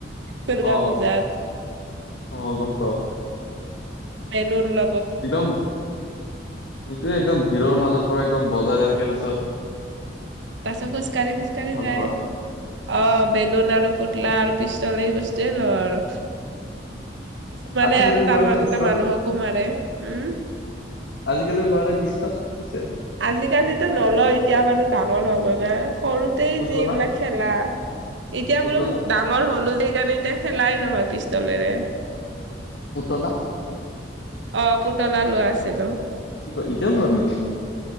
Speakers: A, on the right; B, on the left.
A: দুৰ্গা
B: অ
A: পূজাত
B: অ গম পাওঁ।
A: বেলুন ল।
B: একদম এইটোয়ে একদম ভিৰৰ মাজত। পুৰা একদম বজাই কেনেকে তাৰপাছত।
A: তাৰপিছত খোজ কঢ়ি খোজ কাঢ়ি যায়
B: পোৱা
A: অ বেলুন আৰু পুতলা আৰু পিষ্টলে এই বস্তু। তাতে লও আৰু। কিছুমানে
B: আজিকালি
A: আৰু তাৰ
B: লোৱা নে
A: মাজতে
B: পিষ্টল
A: মানুহকো মাৰে উম।
B: আজিকালি লোৱা নে পিষ্টল পিছে
A: আজিকালিতো নলওঁ এতিয়া বাৰু। ডাঙৰ হ'ল যে সৰুতেই
B: পুতলা
A: যিবিলাক খেলা। এতিয়া
B: পুতলা
A: বোলো ডাঙৰ হ'লো সেইকাৰণে এতিয়া খেলাই নহয় পিষ্টলেৰে।
B: পুতলা।
A: অ পুতলা লোৱা আছিলোঁ।
B: কি কয় ইতিয়াও লোৱা নেকি?